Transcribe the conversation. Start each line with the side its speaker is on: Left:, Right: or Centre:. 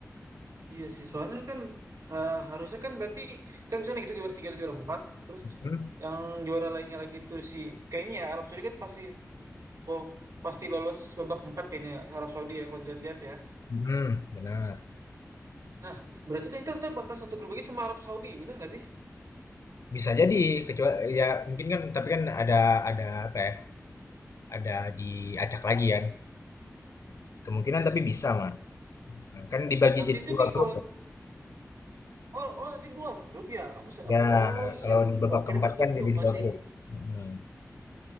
Right: Iya sih, soalnya kan eh, harusnya kan berarti kan misalnya kita juara tiga atau juara empat, terus
Left: Hmm,
Right: yang juara lainnya lagi tuh si kayaknya ya Arab Saudi kan pasti kol- pasti lolos babak empat kayaknya Arab Saudi ya kalau dilihat ya.
Left: hmm, benar.
Right: Nah, berarti kan kita tetap bakal satu grup lagi sama Arab Saudi, bener nggak sih?
Left: Bisa jadi kecuali ya mungkin kan tapi kan ada ada apa ya? Ada diacak lagi kan. Kemungkinan tapi bisa, Mas. Nah, Kan dibagi
Right: Nanti
Left: jadi
Right: itu
Left: dua
Right: di
Left: grup
Right: kol
Left: kan.
Right: oh oh nanti dua grup ya. Aku se- aku
Left: Ya,
Right: oh iya
Left: kalau
Right: lupa.
Left: di babak
Right: Kirain
Left: keempat
Right: satu
Left: kan
Right: grup
Left: jadi
Right: masih.
Left: dua grup. Hmm.